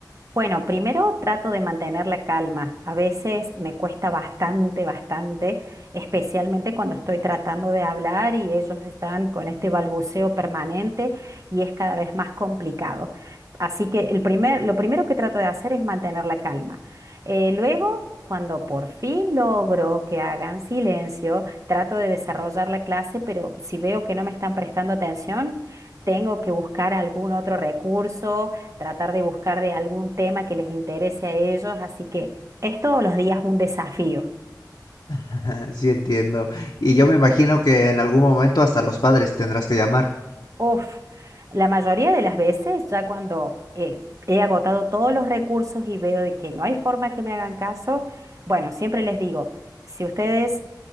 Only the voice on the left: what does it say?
<laughs> Sí entiendo. Y yo me imagino que en algún momento hasta los padres tendrás que llamar.